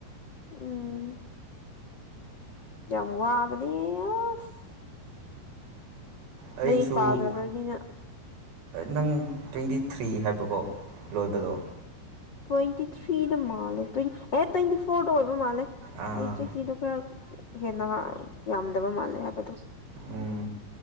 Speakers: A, on the left; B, on the right.
A: ꯎꯝ ꯌꯥꯃ ꯋꯥꯕꯅꯦ ꯑꯁ
B: ꯑꯩꯁꯨ
A: ꯂꯥꯏꯔꯤꯛ ꯄꯥꯗꯔꯕꯅꯤꯅ
B: ꯅꯪ ꯇ꯭ꯋꯦꯟꯇꯤ ꯊ꯭ꯔꯤ ꯍꯥꯏꯕꯀꯣ ꯂꯣꯏꯕꯗꯣ꯫
A: ꯇ꯭ꯋꯦꯟꯇꯤ ꯊ꯭ꯔꯤꯗ ꯃꯥꯜꯂꯦ ꯇ꯭ꯋ ꯑꯦ ꯇ꯭ꯋꯦꯟꯇꯤ ꯐꯣꯔꯗ ꯑꯣꯏꯕ ꯃꯥꯜꯂꯦ
B: ꯑꯥ,
A: ꯑꯩ ꯆꯍꯤꯗꯣ ꯈꯔ ꯍꯦꯟꯅ ꯌꯥꯝꯗꯕ ꯃꯥꯜꯂꯦ ꯍꯥꯏꯕꯗꯣ꯫
B: ꯎꯝ